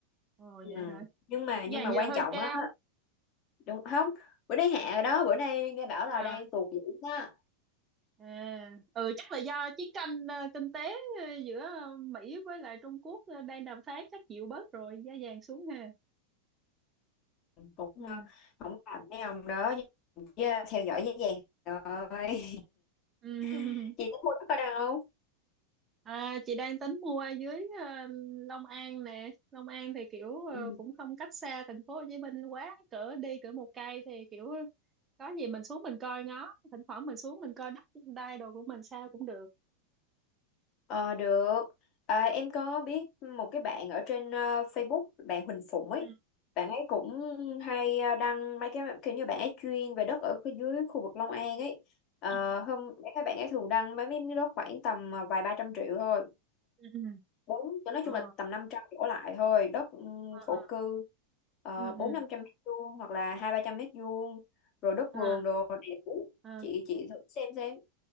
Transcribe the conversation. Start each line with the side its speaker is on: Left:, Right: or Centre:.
Right: ồ
Left: ừ.
Right: vậy hả?
Left: nhưng mà
Right: Vàng
Left: nhưng mà quan
Right: giờ hơi
Left: trọng
Right: cao.
Left: á đúng không bữa nay hạ rồi đó bữa nay nghe bảo là
Right: À,
Left: đang tuột dữ đó
Right: à, ừ chắc là do chiến tranh ờ, kinh tế ờ, giữa ờ, Mỹ với lại Trung Quốc ờ, đang đàm phán chắc chịu bớt rồi giá vàng xuống ha.
Left: cũng
Right: Ừ,
Left: ờ, không làm mấy ông đó nhưng chứ theo dõi giá vàng rồi
Right: Ừ. <laughs>
Left: <laughs> chị tính mua đất ở đâu
Right: À, chị đang tính mua ở dưới ờ, Long An nè. Long An thì kiểu ờ,
Left: Ừ.
Right: cũng không cách xa thành phố Hồ Chí Minh quá, cỡ đi cỡ một cây thì kiểu có gì mình xuống mình coi ngó, thỉnh thoảng mình xuống mình coi đất đai đồ của mình sao cũng được.
Left: Ờ được. À, em có biết một cái bạn ở trên ờ, Facebook, bạn Huỳnh Phụng ấy.
Right: Ừ
Left: Bạn ấy cũng hay ờ, đăng mấy cái kiểu như bạn ấy chuyên về đất ở khu- dưới khu vực Long An ấy. Ờ,
Right: ừ
Left: hôm các bạn ấy thường đăng mấy miếng đất khoảng tầm ờ, vài ba trăm triệu thôi.
Right: ừ ừ.
Left: Bốn nói
Right: Ờ
Left: chung là tầm 500 đổ lại thôi, đất ừ,
Right: ờ
Left: thổ
Right: ờ
Left: cư ờ,
Right: ừ ừ.
Left: bốn năm trăm mét vuông hoặc là hai ba trăm mét vuông rồi đất vườn
Right: À
Left: đồ đẹp.
Right: à
Left: Chị chị thử xem xem.